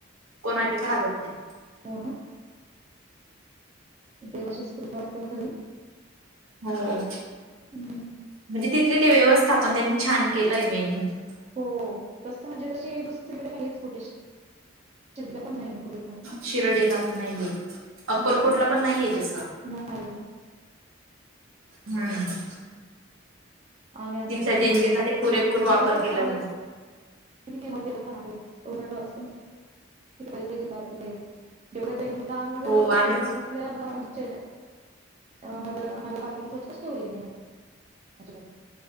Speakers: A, on the right; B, on the right.
A: कोणाचेच हाल होत नाही.
B: हो, ना. देवाचीच कृपा असावी, झाली.
A: होओ.
B: हम्.
A: म्हणजे तिथले ते व्यवस्थापन. त्यांनी छान केलंय, मेन म्हणजे.
B: हो. तसं म्हणजे तशी, दुसरीकडे नाहीच कुठे शाळा. शिर्डीला पण नाही, कुठच.
A: शिर्डीला पण नाहीये. अक्कलकोटला
B: नाही,
A: पण नाहीये तसं. <inaudible>
B: नाही
A: हम्म.
B: आणि आता
A: तिथल्या
B: हे
A: देणगीसाठी
B: बघा ना, आपल्या गाणगापूरचं.
A: पुरेपूर
B: गाणगापूरचं
A: वापर केला
B: पण आहे.
A: जातो.
B: किती फेमस देवस्थान आहे. एवढं ट्रस्ट किती पैसे घेतात, तिथे. जेवढं देन - दानं वगैरे
A: हो
B: भरपूर
A: आम्ही
B: होतं. पण तिथल्या, गावाचे अ नगर नगरपालिकेने स्वच्छताच ठेवलेली नाही. अजिबात.